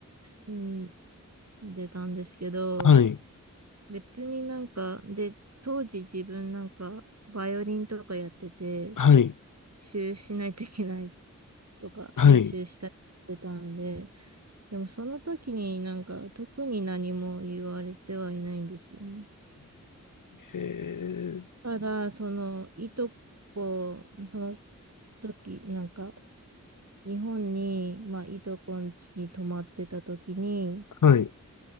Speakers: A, on the right (about 55°); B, on the left (about 80°).
A: 住んでたんですけど、
B: い。
A: 別になんか、で、当時自分なんか、バイオリンとかやってて、
B: はい。
A: 練習しないといけないとか、
B: はい。
A: 練習したりしてたんで、でもその時になんか特に何も言われてはいないんですよね。
B: ええ
A: ただ、そのいとこ、その時なんか日本に、まあ、いとこん家に泊まってた時に
B: はい、